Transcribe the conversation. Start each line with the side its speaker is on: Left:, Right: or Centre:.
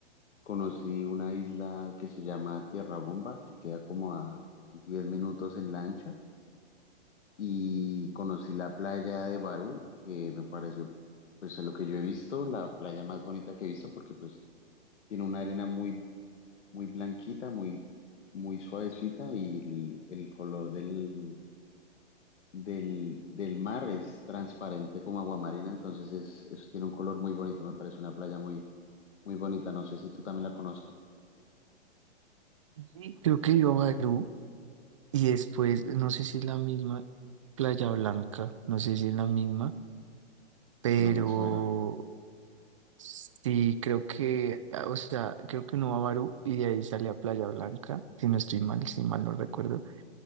Left: Conocí una isla que se llama Tierra Bomba, que queda como a 10 minutos en lancha, y conocí la playa de Barú, que me pareció, pues, de lo que yo he visto, la playa más bonita que he visto, porque pues tiene una arena muy, muy blanquita, muy, muy suavecita, y el, el color del, del, del mar es transparente como aguamarina, entonces es, es- tiene un color muy bonito, me parece una playa muy, muy bonita, no sé si tú también la conozcas,
Right: Ujú. Creo que he ido a Barú. Y después, no sé si es la misma Playa Blanca, no sé si es la misma, pero
Left: no me suena.
Right: sí, creo que, ah, o sea, creo que uno va a Barú y de ahí sale a Playa Blanca, si no estoy mal, si mal no recuerdo.